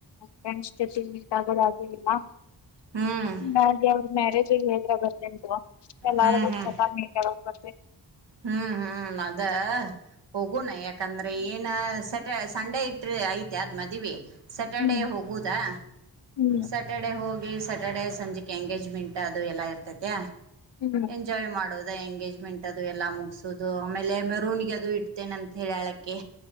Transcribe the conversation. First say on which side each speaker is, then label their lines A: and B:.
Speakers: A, on the left (about 75°); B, on the right (about 80°).
A: ಫ್ರೆಂಡ್ ಜೊತೆ ಮೀಟ್ ಆಗೋದು ಆಗೇಯಿಲ್ಲ ಹಾಂಗಾಗಿ
B: ಹ್ಮ್
A: ಅವ್ರ ಮ್ಯಾರೇಜ್ <unintelligible> ಅರ್ಜೆಂಟ್ ಎಲ್ಲರೂ
B: ಹ್ಮ್ ಹ್ಮ್
A: ಮತ್ತೆ
B: ಹ್ಮ್ ಹ್ಮ್ ಅದೇ ಹೋಗೋಣ ಯಾಕಂದ್ರೆ ಏನ ಸಟ ಸಂಡೇ ಇಟ್ರ ಐತೆ ಅದ್ ಮದ್ವಿ ಸ್ಯಾಟರ್ಡೆ
A: ಹ್ಮ್
B: ಹೋಗುದಾ
A: ಹ್ಮ್
B: ಸ್ಯಾಟರ್ಡೆ ಹೋಗಿ ಸ್ಯಾಟರ್ಡೆ ಸಂಜೆಗೆ ಎಂಗೇಜ್ಮೆಂಟ್ ಅದು ಎಲ್ಲಾ ಇರ್ತೈತಿ
A: ಹ್ಮ್
B: ಎಂಜಾಯ್ ಮಾಡೋದು ಎಂಗೇಜ್ಮೆಂಟ್ ಅದು ಎಲ್ಲ ಮುಗಸುದು ಆಮೇಲೆ ಮೆರೂನ್ಗೆ ಅದು ಇಡ್ತೇನೆ ಅಂತ ಹೇಳಿ ಹೇಳಕ್ಕಿ